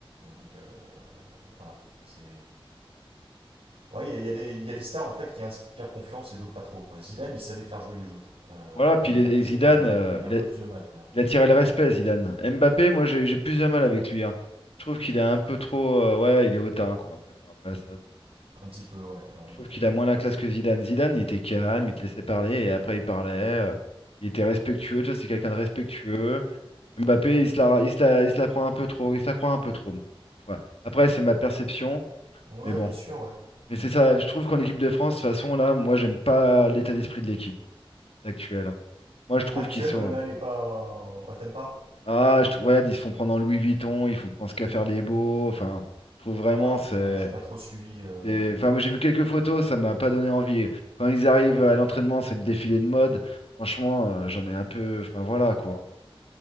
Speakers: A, on the right; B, on the left.
A: Donc, euh, voilà. C'est. Oui, il y, a des- il y a des stars en fait qui inspirent confiance et d'autres pas trop. quoi. Zidane, il savait faire jouer les autres. Euh,
B: Voilà, puis les,
A: Mbappé,
B: les Zidane,
A: euh,
B: euh,
A: il a
B: il
A: un peu
B: a-
A: plus de mal là.
B: Il a tiré le respect, Zidane. Mbappé, moi, j'ai j'ai plus de mal avec lui. hein. Je trouve qu'il est un peu trop. euh, ouais, il est hautain, quoi. Mais bon, après ça, c'est-
A: Un petit peu, ouais. Ouais,
B: je trouve qu'il a moins la classe que Zidane. Zidane, il était calme, il te laissait parler et après, il parlait. euh, il était respectueux. Tu vois, c'est quelqu'un de respectueux. Mbappé, il se la, il se la, il se la prend un peu trop. Il se la croit un peu trop, moi. je trouve. Enfin, après, c'est ma perception.
A: Ouais,
B: Mais bon.
A: bien sûr, ouais.
B: Mais
A: Hmm.
B: c'est ça. Je trouve qu'en équipe de France, de toute façon, là, moi, j'aime pas l'état d'esprit de l'équipe actuelle. hein. Moi, je trouve
A: Ah, Actuel,
B: qu'ils sont.
A: euh, là, elle est pas. Ah, t'aimes pas?
B: Ah, je trouve, regarde, ils se font prendre en Louis Vuitton, ils font pensent qu'à faire les beaux. Enfin, je trouve vraiment,
A: Ah ouais?
B: c'est.
A: Ouais, j'ai pas trop suivi. euh,
B: c'est- Enfin, moi j'ai vu quelques photos, ça m'a pas donné envie. Quand ils arrivent
A: ouais.
B: à l'entraînement, c'est le défilé de mode. Franchement, euh, j'en ai un peu. Enfin, voilà quoi.